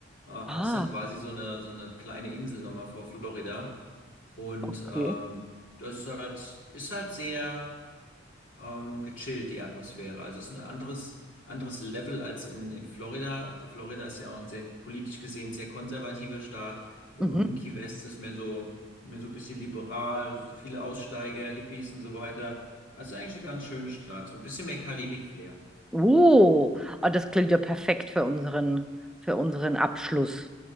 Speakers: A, on the left; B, in the centre.
A: Äh,
B: Ah,
A: ist dann quasi so eine, so eine kleine Insel nochmal vor Florida. Und
B: okay.
A: ähm, das ist halt, ist halt sehr. ähm, gechillt, die Atmosphäre. Also es ist ein anderes, anderes Level als in, in Florida. Florida ist ja auch ein sehr politisch gesehen sehr konservativer Staat und
B: Mhm.
A: unten Key West ist mehr so, mehr so ein bisschen liberal, so viele Aussteiger, Hippies und so weiter. Also eigentlich eine ganz schöne Stadt, so ein bisschen mehr Karibik-Flair.
B: Uh, ah, das klingt ja perfekt für unseren, für unseren Abschluss.